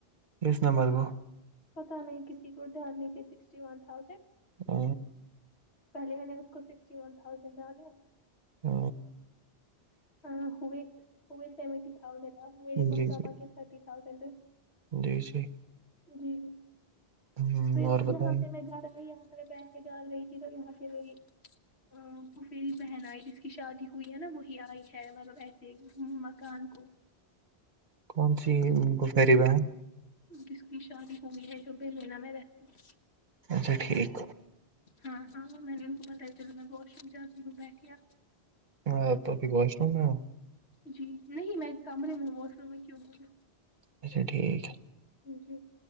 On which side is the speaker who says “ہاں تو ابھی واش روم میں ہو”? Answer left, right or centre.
Right